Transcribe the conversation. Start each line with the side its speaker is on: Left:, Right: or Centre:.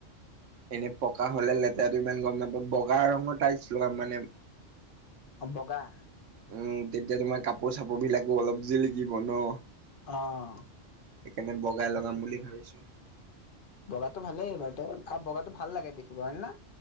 Right: এনেই পকা হ'লে লেতেৰাটো ইমান গম নাপায়, বগা ৰঙৰ টাইলছ লগাম মানে।
Left: বগা?
Right: উম, তেতিয়া তোমাৰ কাপোৰ চাপোৰ বিলাকো অলপ জিলিকিব ন।
Left: অ'।
Right: সেইকাৰণে বগাই লগাম বুলি ভাবিছোঁ।
Left: বগাটো ভালেই এইবাৰ আৰু বগাটো ভাল লাগে দেখিব হয়ে ন?